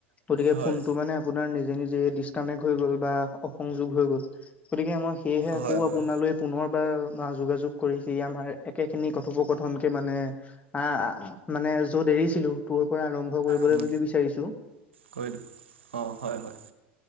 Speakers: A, on the left; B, on the right.
A: গতিকে
B: হয়
A: ফোনটো মানে আপোনাৰ নিজে নিজেই ডিচকানেক্ট হৈ গ'ল বা অসংযোগ হৈ গ'ল। গতিকে মই সেয়েহে আকৌ
B: হয় হয়
A: আপোনালৈ পুনৰবাৰ যোগাযোগ কৰি সি আমাৰ একেখিনি কথোপকথনকে মানে আ আ- আ মানে য'ত এৰিছিলো ত'ৰ পৰা আৰম্ভ কৰিবলৈ
B: উম
A: বুলি বিচাৰিছো।
B: কৰিলোঁ, অ', হয়-হয়।